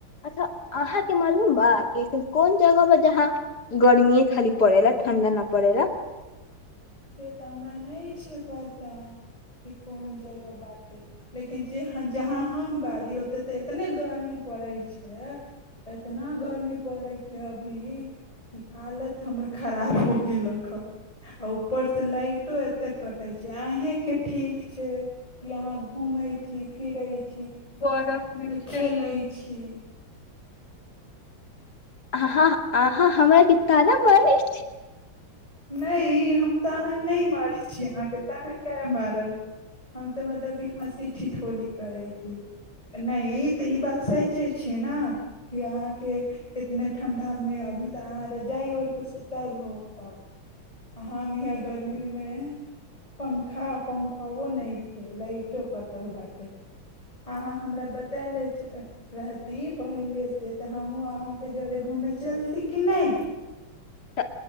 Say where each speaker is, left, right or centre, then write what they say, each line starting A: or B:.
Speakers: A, on the left; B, on the left.
A: अच्छा अहाँके मालूम बा कि एसन कोन जगा ब जहाँ गर्मी खाली पैरे ठंढा न न पड़े ला
B: से तऽ हमरा नहि छै पता कि कोन जगह बात लेकिन जे जहाँ हम बारी ओतेक तऽ एतने गर्मी पड़ैत छै एतना गर्मी पड़ैत छै अभी कि हालत हमर खराब हो गेलक ह आ ऊ उपर से लाइटो एतेक कटै छै आहे के ठीक छै कि अहाँ घूमै छी फिरैत छी
A: बरफ
B: बरफमे
A: मे खेलै
B: खेलैत छी
A: ह ह आ हँ हमरा क ताना मरै छी
B: नहि ई हम ताना नहि मारैत छी अहाँके ताना कए मारब हम तऽ मतलब कि हँसी ठिठौली करैत छी नहि ई तऽ ई बात सचे छिय न कि अहाँके इतने ठण्ढामे अभी तऽ अहाँ रजाइ ओढ़ के सुतल होअब हम यहाँ गर्मीमे पंखा पंखबो नहि छै लाइटो कटल बाटै अहाँ हमरा बताएल रहती पहिलेसँ तऽ हमहूँ अहाँके जरे घूमय चलती कि नहि
A: तऽ